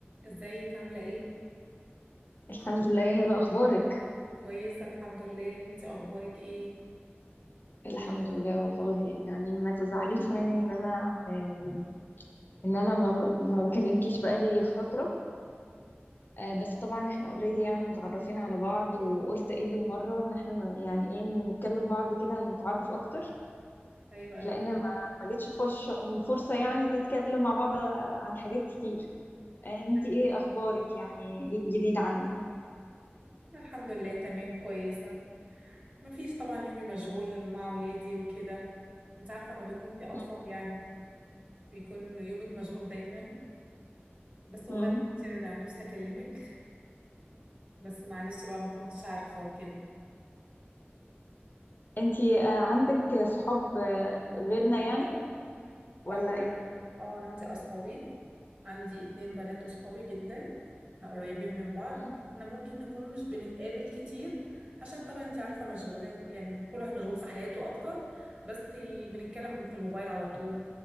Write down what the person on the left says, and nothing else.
الحمد لله يا هبة أخبارك
الحمد لله والله يعني ما تزعليش مني إن أنا آه، إن أنا ما ما بكلمكيش بقالي فترة آه، بس طبعا إحنا أوريدي يعني متعرفين على بعض وقلت إيه بالمرة إن إحنا ن- يعني إيه نتكلم بعض كده نتعرف أكتر
لأن ما ما جتش فرصة فرصة يعني نتكلم مع بعض آه، عن حاجات كتير آه، إنتي
إيه أخبارك يعني إيه الجديد عندك
مم.
مم.
إنتي آه، عندك صحاب آه، غيرنا يعني ولا
إيه؟
مم.
مم.